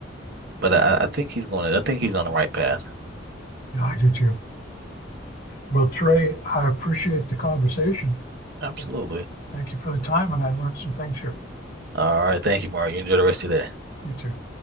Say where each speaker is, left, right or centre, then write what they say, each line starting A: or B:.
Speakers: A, on the right; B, on the left.
A: but I, I think he's going to. I think he's on the right path.
B: Yeah, I do too. Well, Trey, I appreciate the conversation.
A: Absolutely.
B: Thank, thank you for the time, and I learned some things here.
A: All right. Thank you, Mario. You enjoy the rest of your day.
B: You too.